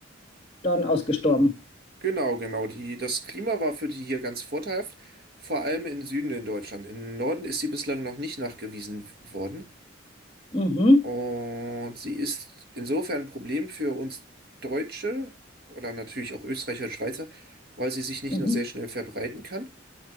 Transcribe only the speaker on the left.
dann ausgestorben.
Mhm,
mhm.